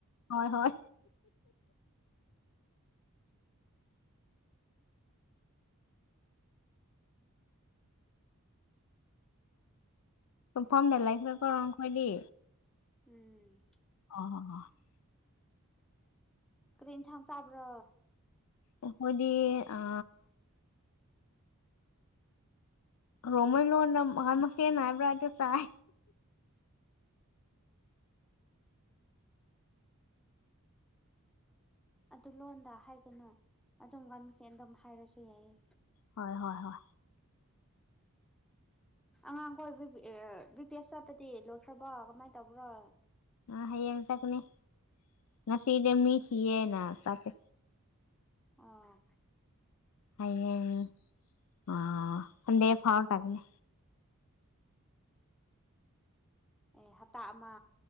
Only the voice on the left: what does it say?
ꯍꯣꯏ ꯍꯣꯏ ꯐꯣꯔꯝ ꯂꯩꯥꯏ ꯐꯔꯀꯣ ꯔꯣꯡ ꯀꯗꯤ
ꯑꯣ
ꯈꯣꯏꯗꯤ ꯑ ꯔꯃꯜ ꯂꯣꯅ ꯃꯉꯥꯟ ꯃꯁꯦ ꯅꯥꯏꯕ꯭ꯔꯥꯏꯣ ꯆꯥꯏ
ꯍꯣꯏ ꯍꯣꯏ ꯍꯣꯏ
ꯑ ꯍꯌꯦꯡꯇꯛꯅꯤ ꯉꯁꯤꯗꯤ ꯃꯤ ꯁꯤꯌꯦꯅ ꯇꯦ
ꯑꯌꯦꯡ ꯑ ꯍꯗꯦ ꯐꯥꯎꯠꯒꯅꯦ